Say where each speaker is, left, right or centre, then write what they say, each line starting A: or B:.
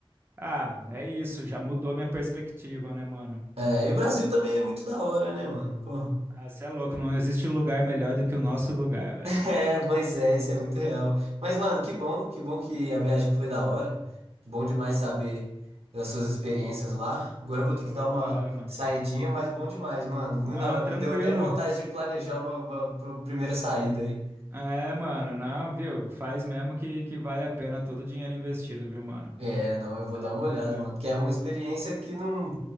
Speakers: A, on the right; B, on the right.
A: ah, é isso, já mudou minha perspectiva, né, mano?
B: É,
A: Então,
B: e o Brasil também é muito da hora, né, mano? Pô. <laughs>
A: ah, cê é louco, não existe lugar melhor do que o nosso lugar, velho.
B: É, pois é, isso é muito real. Mas, mano, que bom, que bom que a viagem foi da hora. Bom demais saber das suas experiências lá. Agora eu vou ter
A: Ô,
B: que dar uma
A: da hora, mano.
B: saidinha, mas bom demais, mano. Muito
A: Não,
B: da hora.
A: tranquilo.
B: Me deu até vontade de planejar uma, uma pro- primeira saída aí.
A: É, mano, não, viu? Faz mesmo que, que vale a pena todo o dinheiro investido, viu, mano?
B: É, não, eu vou
A: Vale
B: dar
A: a
B: uma
A: pena
B: olhada,
A: mesmo.
B: mano. Que é uma experiência que não,